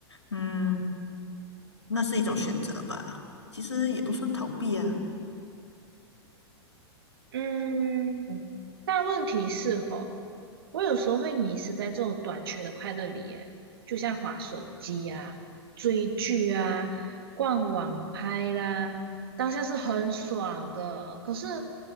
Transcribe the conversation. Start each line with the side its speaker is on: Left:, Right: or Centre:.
Left: 嗯，那是一种选择吧，其实也不算逃避啊。
Right: 嗯，但问题是吼，我有时候会迷失在这种短缺的快乐里耶，就像滑手机啊、追剧啊、逛网拍啦，当下是很爽的，可是